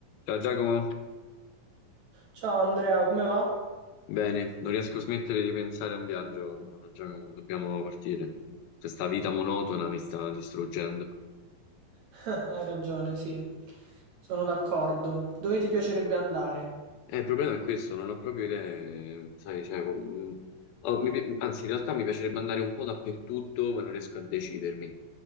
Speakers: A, on the left (about 85°); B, on the right (about 65°).
A: Ciao Giacomo,
B: Ciao Andrea, come va?
A: bene, non riesco a smettere di pensare a un viaggio, Giacomo, dobbiamo partire. Questa vita monotona mi sta distruggendo.
B: <laughs> Hai ragione, sì, sono d'accordo. Dove ti piacerebbe andare?
A: Eh, il problema è questo, non ho proprio idee, sai, cioè, mm, oh, mi pi- anzi, in realtà mi piacerebbe andare un po' dappertutto, ma non riesco a decidermi.